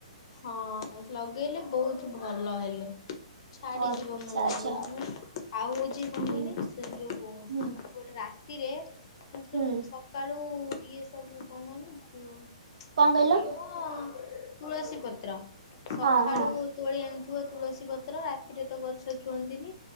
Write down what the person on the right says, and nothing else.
ଓ ଆଚ୍ଛା
ଆଚ୍ଛା
ହୁଁ
ହୁଁ
ହୁଁ
କଣ କହିଲ
ହଁ ହଁ